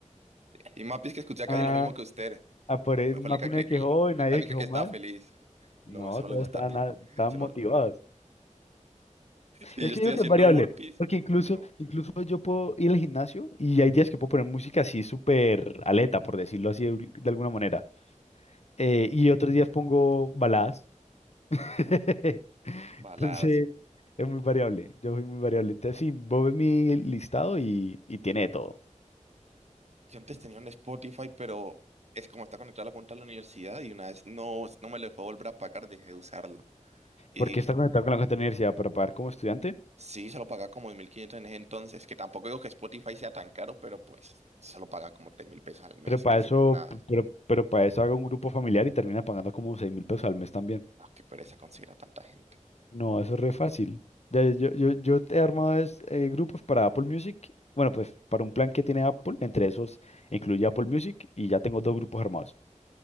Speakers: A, on the right; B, on the left.
A: Y Mapi es que escuchaba casi
B: Ah,
A: lo mismo que usted.
B: ah, por él
A: Fue
B: más
A: la única
B: de
A: que,
B: Bueno, quejó y nadie
A: la única
B: se quejó
A: que estaba
B: mal.
A: feliz.
B: No,
A: No, eso no
B: todos bueno.
A: le gusta.
B: estaban, a- estaban
A: Eso no-
B: motivados.
A: Si
B: Es
A: yo
B: que
A: estoy
B: yo creo
A: haciendo
B: que es variable,
A: burpees,
B: porque incluso,
A: no.
B: incluso yo puedo ir al gimnasio y hay días que puedo poner música así súper aleta, por decirlo así de, de alguna manera. Eh, y otros días pongo baladas. <laughs>
A: Baladas.
B: Entonces, es muy variable. Yo soy muy variable. Entonces, sí, vos ves mi listado y, y tiene de todo.
A: Yo antes tenía un Spotify, pero es como está conectado a la cuenta de la universidad y una vez no, no me lo dejó volver a pagar, dejé de usarlo. Y
B: Porque está conectado con la cuenta de la universidad para pagar como estudiante.
A: Sí, se lo paga como 1.500 en ese entonces, que tampoco digo que Spotify sea tan caro, pero pues se lo paga como 3.000 pesos al mes,
B: Pero para
A: que eso
B: Eh, eso,
A: no es nada.
B: pero, pero para eso haga un grupo familiar y termina pagando como seis mil pesos al mes también.
A: No, qué pereza conseguir a tanta gente.
B: No, eso es re fácil. Ya, Yo, yo, yo he armado es- eh, grupos para Apple Music. Bueno, pues para un plan que tiene Apple, entre esos incluye Apple Music y ya tengo dos grupos armados.